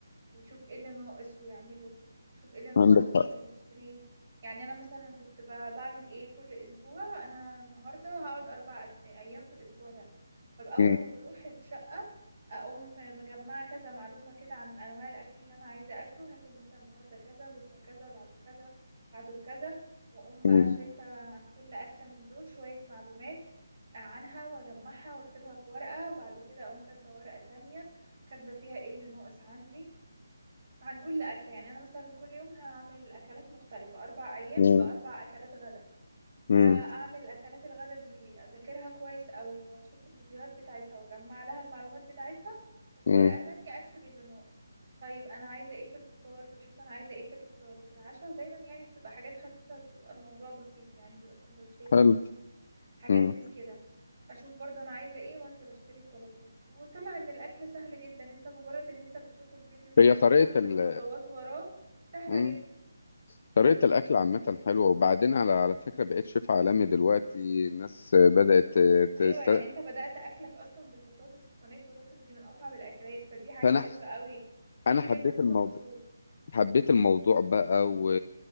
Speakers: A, on the right (about 50°); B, on the left (about 45°).
A: ويشوف ايه اللي ناقص ويعمله يشوف ايه اللي ناقص
B: عندك
A: وينزل
B: حق
A: يشتريه يعني انا مثلا كنت ب- بعمل ايه كل اسبوع انا النهارده هقعد اربع أ- ايام في الاسبوع ده فباول
B: امم
A: ما بروح الشقة اقوم مجمعه كذا معلومه كده عن انواع الاكل اللي انا عايزه اكله هاكل مثلا النهارده كذا بكره كذا بعده كذا بعده كذا واقوم بقى
B: امم
A: شايفه عن كل اكله من دول شويه معلومات عنها واجمعها واكتبها في ورقه وبعد كده اقوم كاتبه ورقه تانية كاتبه فيها ايه اللي ناقص عندي عن كل اكله يعني انا مثلا كل يوم هعمل اكلات مختلفه اربع ايام
B: امم
A: يبقى اربع اكلات غدا
B: امم
A: آه، اعمل اكلات الغدا دي اذاكرها كويس قوي واشوف الفيديوهات بتاعتها واجمع لها المعلومات بتاعتها وفي
B: امم.
A: ورقة تانية اكتب اللي ناقص طيب انا عايزة ايه في الفطار فشوف انا عايزة ايه في الفطار وفي العشاء ودايما يعني بتبقى حاجات خفيفة بتبقى الموضوع بسيط يعني بيبقى سندوتشات
B: حلو
A: مثلا حاجات
B: امم
A: من كده اشوف برضو انا عايزة ايه وانزل اشتري الطلبات وطلع ان الاكل سهل جدا انت مجرد ان انت بتشوف الفيديو بس
B: هي طريقة
A: وبتعمل
B: ال
A: الخطوات وراه سهلة
B: امم
A: جدا
B: طريقة الأكل عامة حلوة وبعدين على على فكرة بقيت شيف عالمي دلوقتي الناس بدأت تست...
A: ايوه يعني انت بدأت اكلك اصلا بالبطاطس بصينية بطاطس دي من اصعب الاكلات فدي حاجة
B: فأنا
A: حلوة قوي اكيد
B: انا حبيت
A: انت كنت
B: الموضوع
A: مبسوط
B: حبيت الموضوع بقى و...